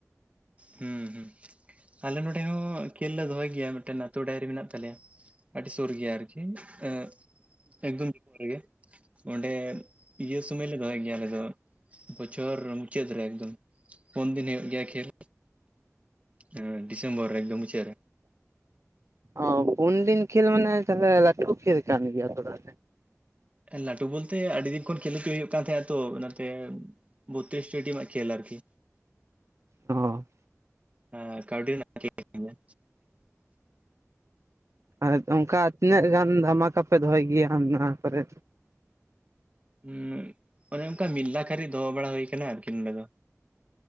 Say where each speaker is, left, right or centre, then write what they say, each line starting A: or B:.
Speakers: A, on the right (about 25°); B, on the right (about 60°).
A: ᱦᱩᱸ ᱦᱩᱸ ᱟᱞᱮ ᱱᱚᱰᱮ ᱦᱚᱸ ᱠᱷᱮᱞ ᱞᱮ ᱫᱚᱦᱚᱭ ᱜᱮᱭᱟ ᱢᱤᱫᱴᱮᱱ ᱟᱹᱛᱩ ᱰᱟᱦᱤ ᱢᱮᱱᱟᱜ ᱛᱟᱞᱮᱭᱟ। ᱟᱹᱰᱤ ᱥᱩᱨ ᱜᱮᱭᱟ ᱟᱨᱠᱤ ᱮᱦᱮᱜ। ᱮᱠᱫᱚᱢ ᱥᱳᱨ ᱜᱮᱭᱟ ᱚᱸᱰᱮ ᱤᱭᱟᱹ ᱥᱚᱢᱚᱭ ᱞᱮ ᱫᱚᱦᱚᱭ ᱜᱮᱭᱟ ᱟᱞᱮ ᱫᱚ᱾ ᱵᱚᱪᱷᱚᱨ ᱢᱩᱪᱟᱹᱫ ᱨᱮ ᱮᱠᱫᱚᱢ ᱯᱩᱱ ᱫᱤᱱ ᱦᱩᱭᱩᱜ ᱜᱮᱭᱟ ᱠᱷᱮᱞ। ᱦᱮ ᱰᱤᱥᱮᱢᱵᱚᱨ ᱮᱫᱚᱢ ᱢᱩᱪᱟᱹᱫ ᱨᱮ।
B: ᱚ ᱩᱱᱫᱤᱱ ᱠᱷᱮᱞ ᱢᱟᱱᱮ ᱛᱟᱦᱚᱞᱮ ᱞᱟᱹᱴᱩ ᱠᱷᱮᱞ ᱠᱟᱱ ᱜᱮᱭᱟ ᱛᱚᱵᱮ।
A: ᱞᱟᱹᱴᱩ ᱵᱚᱞᱛᱮ ᱟᱹᱰᱤ ᱫᱤᱱ ᱠᱷᱚᱱ ᱠᱷᱮᱞ ᱦᱚᱪᱚ ᱦᱩᱭᱩᱜ ᱠᱟᱱ ᱛᱟᱦᱮᱸᱱᱟ ᱛᱚ ᱚᱱᱟᱛᱮ ᱵᱚᱛᱛᱨᱤᱥ ᱴᱤ ᱴᱤᱢᱟᱜ ᱠᱷᱮᱞ ᱟᱨᱠᱤ।
B: ᱚᱻ
A: ᱦᱮ ᱠᱟᱣᱰᱤ ᱨᱮᱱᱟᱜ ᱠᱦᱮᱞ ᱠᱟᱱᱟ।
B: ᱟᱨ ᱚᱱᱠᱟ ᱛᱤᱱᱟᱹᱜ ᱜᱟᱱ ᱫᱟᱢᱟᱠᱟᱯᱮ ᱫᱚᱦᱚᱭ ᱜᱮᱭᱟ ᱚᱱᱟ ᱠᱚᱨᱮ?
A: ᱦᱩᱸ ᱚᱱᱮ ᱚᱱᱠᱟ ᱢᱤᱛ ᱞᱟᱠ ᱜᱟᱱ ᱨᱮ ᱫᱚᱦᱚ ᱵᱟᱲᱟ ᱦᱩᱭ ᱟᱠᱟᱱᱟ ᱟᱨᱠᱤ ᱱᱚᱰᱮ ᱫᱚ।